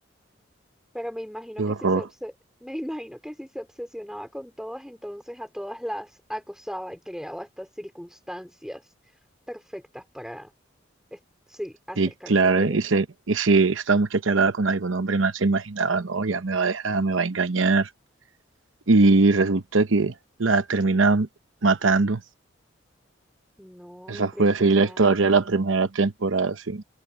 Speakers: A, in the centre; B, on the right.
A: Pero me imagino
B: Qué
A: que
B: horror.
A: si se obse- <laughs> me imagino que si se obsesionaba con todas, entonces a todas las acosaba y creaba estas circunstancias perfectas para es- sí, acercarse
B: Y claro,
A: a ellas.
B: y si, y si esta muchacha hablaba con algún hombre, más se imaginaba, no, ya me va a dejar, me va a engañar. Y resulta que la termina matando.
A: No,
B: Esa
A: impresionante.
B: fue así la historia de la primera temporada, sí.